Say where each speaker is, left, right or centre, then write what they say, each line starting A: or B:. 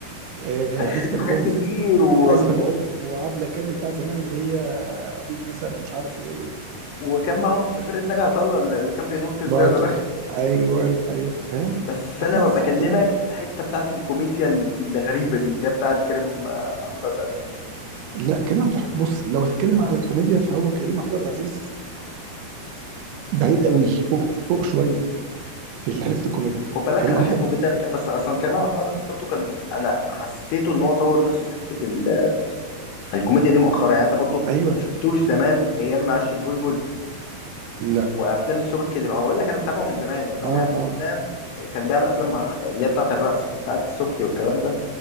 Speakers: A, on the right (about 80°); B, on the left (about 80°).
A: آه،
B: هتفتكر
A: عايز تبعوه
B: حاجات
A: في-
B: كتير وتفتكر
A: عايز تبعوه في وعبله كامل بتاعت زمان اللي هي قضيه نسب ومش عارف وايه
B: وكان معاهم في فرقه ناجي عطا الله اللي كان بينط الزانه
A: برضه
B: ده
A: ايوه ايوه فاهم
B: بس
A: احمد
B: انا
A: السعداني
B: ب- بكلمك في الحته بتاعت الكوميديا ال- الغريبه دي اللي هي بتاعت كريم آه، محمود عبد العزيز دي
A: لا كريم عبد الحميد بص لو هتتكلم على الكوميديا فهو كريم عبد العزيز بعيد قوي فوق فوق شويه في حته الكوميديا
B: خد بالك
A: كريم
B: انا بحبه
A: عبد العزيز
B: جدا ك- بس اصلا كريم محمود عبد العزيز برضو كان انا حسيته ان هو طور نفسه في حته ال- الكوميديا دي مؤخرا يعني انت برضو
A: ايوه
B: ما شفتوش زمان ايام ما عش البلبل
A: لا
B: وافلام السبك اللي بقى- ما بقول لك انا بتابعه من زمان يعني
A: اه
B: هو بيعمل
A: اه
B: افلام كان بيعمل افلام اللي هي بتاعت الرقص بتاعت السبكي والكلام ده